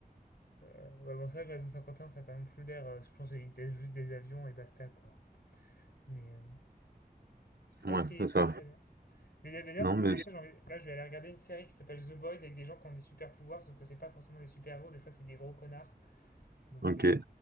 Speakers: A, on the left (about 75°); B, on the right (about 80°).
A: Euh, ouais, bon, c'est vrai que la zone 51, ça n'a pas non plus l'air. euh, je pense qu'ils testent juste des avions et basta, quoi. Mais. euh, ok,
B: Ouais, c'est ça.
A: très bien. Mais d'ailleurs,
B: Non,
A: ça me
B: mais
A: fait penser, j'ai envie- là, je vais aller regarder une série qui s'appelle The Boys avec des gens qui ont des super pouvoirs, sauf que c'est pas forcément des super-héros, des fois, c'est des gros connards. Donc,
B: ok.
A: euh,